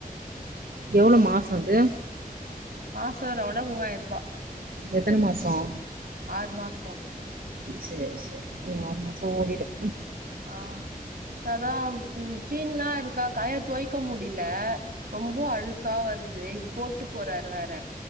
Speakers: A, on the right; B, on the right.
A: எவ்ளோ மாசம் அது
B: மாசோ ரவுண்டா மூவாயிர ரூபா
A: எத்தன மாசம்
B: ஆறு மாசோ
A: சேரி சேரி ஆறு மாசம் ஓடிடும்
B: ஆஹ் அதான் ஜீன்லா இருக்கா கைல துவயக்க முடில ரொம்ப அழுக்கா வருது இது போட்டு போறாரு வேற